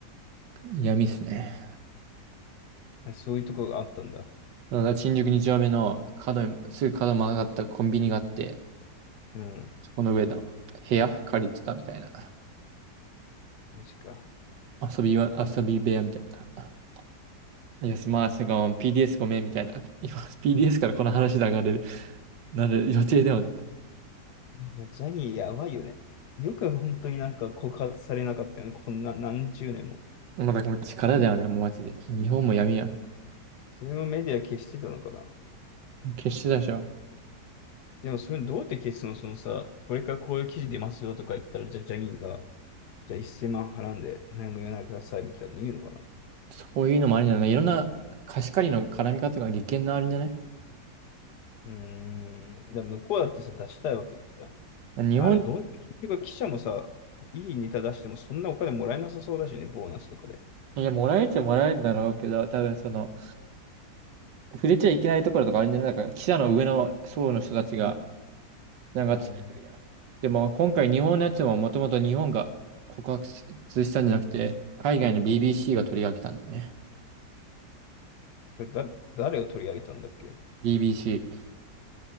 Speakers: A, on the right (about 85°); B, on the left (about 70°).
A: 闇っすね。
B: えそういうとこがあったんだ。
A: だから新宿二丁目の角に、すぐ角曲がったコンビニがあって、
B: うん。
A: そこの上の部屋借りてたみたいな。
B: マジか。
A: 遊びは、遊び部屋みたいな。いや、すまあ、すごい、PDS ごめんみたいな。今、PDS からこの話で上がれる、なる予定ではない。
B: いや、ジャニーやばいよね。よく本当になんか告発されなかったよね。こんな何十年も。
A: まあだからもう力だよね、もうマジで。日本も闇や。
B: それもメディア消してたのかな。
A: 決してだでしょ。
B: でも、それどうやって消すのそのさ、これからこういう記事出ますよとか言ったら、じゃあ、ジャニーが、じゃあ1万払うんで、何も言わないでくださいみたいなの言うのかな
A: そういうのもありなんだ。いろんな貸し借りの絡み方が利権のあるんじゃね
B: うーん。だから向こうだってさ、出したいわけじゃん。
A: 日本、
B: あの、どう、結局記者もさ、いいネタ出してもそんなお金もらえなさそうだしね、ボーナスとかで。
A: いや、もらえちゃもらえるんだろうけど、多分その、触れちゃいけないところとかあるんじゃないだから、記者の上の層の人たちが、なんかついてるやん。
B: うん。
A: でも、今回日本のやつももともと日本が告発したんじゃなくて、海外の BBC が取り上げたんだよね。
B: だ、誰を取り上げたんだっけ
A: BBC。